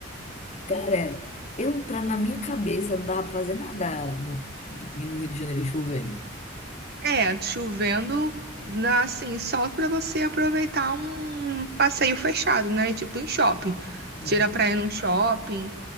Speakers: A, on the left (about 35°); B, on the right (about 50°).
A: Cara, eu, pra, na minha cabeça, não dava pra fazer nada n- e no Rio de Janeiro chovendo.
B: É, chovendo, na- assim, só para você aproveitar um passeio fechado, né, tipo em shopping.
A: Hum,
B: Tira pra ir num shopping